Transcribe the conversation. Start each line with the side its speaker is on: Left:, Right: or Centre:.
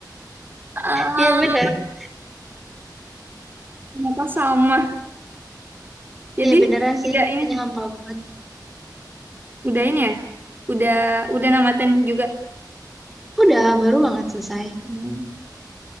Right: Ah,
Centre: Iya bener.
Right: ternyata sama. Jadi
Centre: Iya beneran sih,
Right: udah ini,
Centre: kayaknya
Right: sih,
Centre: hampa banget.
Right: udah ini ya, udah udah namatin juga.
Centre: Udah, baru banget selesai.
Right: Hmm.